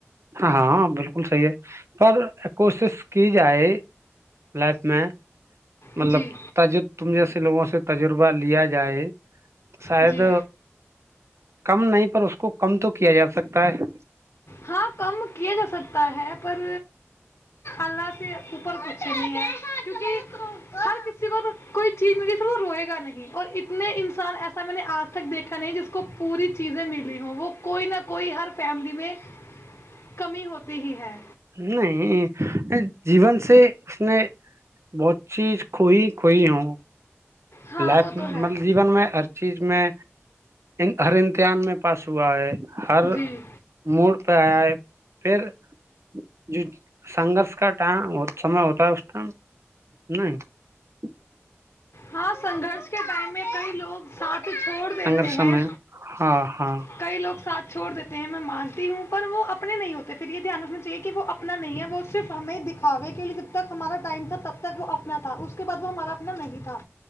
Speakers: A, on the right (about 70°); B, on the left (about 80°).
A: ہاں بالکل صحیح ہے پر کوشش کی جائے لائف میں مطلب
B: جی
A: تجرب تم جیسے لوگوں سے تجربہ لیا جائے تو شاید
B: جی
A: کم نہیں پر اس کو کم تو کیا جا سکتا ہے
B: ہاں کیا جا سکتا ہے پر اللہ سے اوپر کچ چل کیونکہ ہر کسی کو کوئی چیز مے س وہ روئے گا نہیں اور ات انسان ایسا میں نے آج تک دیکھا نہیں جس کو کو پوری چیزیں ملی ہوں وہ کوئی نہ کوئی کوئی ہر فیملی میں کمی ہوتی ہی ہے
A: نہیں جین سے سے اس نے بہت چیز کوئی کھوئی ہوں
B: ہاں
A: لائف
B: وہ
A: مطلب
B: تو ہے
A: جیون میں ہر چیز میں ہر امتحان میں پاس ہوا ہے ہر
B: جی
A: موڈ پہ آیا ہے پھر جو سنگرش کا ٹائم سمے ہوتا ہے اس ٹائم نہیں <unintelligible> <inaudible>
B: ہاں سنگرش کے ٹائم میں کئی لوگ ساتھ کو چھوڑ دیتے
A: سنگرش
B: ہیں
A: میں ہاں ہاں
B: کئی لوگ ساتھ چھوڑ دیتے ہیں میں مانتی ہوں پر وہ اپنے نہیں ہوتے پھر یہ دھیان رکھنا چاہیے کہ وہ اپنا نہیں ہے وہ صرف ہمیں دکھاوے کے لیے جب تک ہمارا ٹائم تھا تب تک وہ اپنا تھا اس کے بعد وہ ہمارا اپنا نہیں تھا